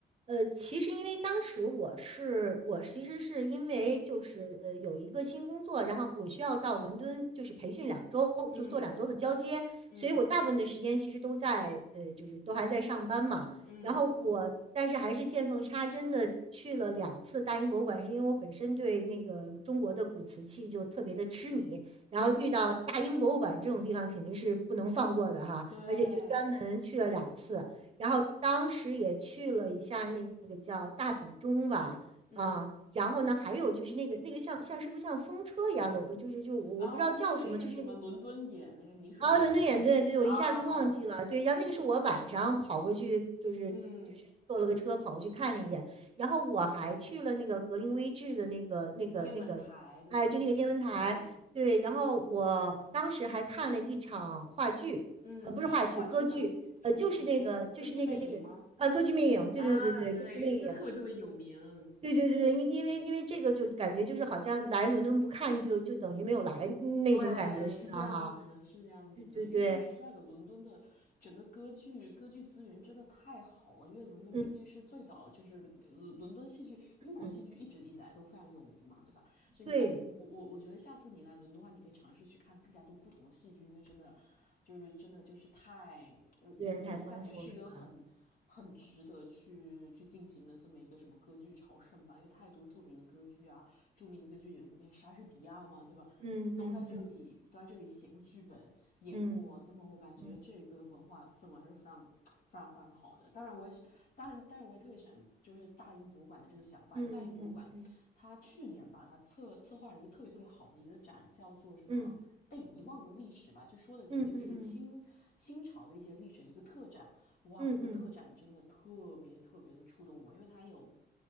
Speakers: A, on the right; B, on the left.
A: 呃，其实因为当时我是我其实是因为就是呃有一个新工作，然后我需要到伦敦就是培训两周，
B: 嗯
A: 就是做两周的交接，
B: 嗯
A: 所以我大部分的时间其实都在呃就是都还在上班嘛。
B: 嗯
A: 然后我但是还是见缝插针的去了两次大英博物馆，是因为我本身对那个中国的古瓷器就特别的痴迷，然后遇到大英博物馆这种地方肯定是不能放过的哈，
B: 嗯，对，
A: 而且就专门去了两次。然后当时也去了一下那个叫大本钟吧，
B: 嗯
A: 啊、呃然后呢，还有就是那个那个像像是不是像风车一样的，就是就我我不知道叫什么，
B: 啊，那个是什么？
A: 就是那个
B: 伦敦眼，那个泥塑模，
A: 啊，伦敦眼对对，
B: 有点啊，
A: 我一下子忘记了。对，然后那个是我晚上跑过去，就是就是坐了个车跑过去看了一眼，
B: 嗯，
A: 然后我还去了那个格林威治的那个那个那个，
B: 天文台，对不对？
A: 哎，就那个天文台。
B: 嗯
A: 对，然后我当时还看了一场话剧，
B: 嗯，
A: 呃，不是话剧，
B: 什么话剧呢？
A: 歌剧，
B: 什么歌剧呢？
A: 呃，就是那个就是那个那个啊，
B: 歌剧魅影吗？
A: 歌剧魅影。对对对对，
B: 啊，对，
A: 歌剧魅影。
B: 因为那个特别特别有名。
A: 对对对对，因因为因为这个就感觉就是好像来伦敦不看就就等于没有来那种感觉似的哈。
B: 对，是这样子的，是这样子的。
A: 对对对。
B: 因为说实在的，伦敦的整个歌剧歌剧资源真的太好了。因为伦敦毕竟是最早，
A: 嗯。
B: 就是伦伦敦戏剧、英国戏剧一直以来都非常有名嘛，
A: 嗯，
B: 对吧？所以你在我我我觉得下次你来伦敦的话，
A: 对，
B: 你可以尝试去看更加多不同的戏剧，因为真的就是真的就是太我我我我感觉是一个很很值得去去进行的这么一个什么歌剧朝圣吧，
A: 资源太丰富是吧？
B: 因为太多著名的歌剧啊，著名的歌剧演员，莎士比亚嘛，对吧？
A: 嗯嗯嗯
B: 都在这里都在这里写过剧本、演过，
A: 嗯
B: 那么我感觉这个文化氛围还是非常、
A: 嗯
B: 非常、非常好的。当然，我也当然，当然我也特别喜欢就是大英博物馆的这个想法，
A: 嗯嗯嗯
B: 因为大英博物馆它去年吧，它策策划了一个特别特别好的一个展，叫做什么？
A: 嗯
B: 被遗忘的历史吧，就说的其实就是清清朝的一些历史的一个特展，
A: 嗯嗯嗯
B: 哇，
A: 嗯嗯
B: 那个特展真的特别特别的触动我，因为它有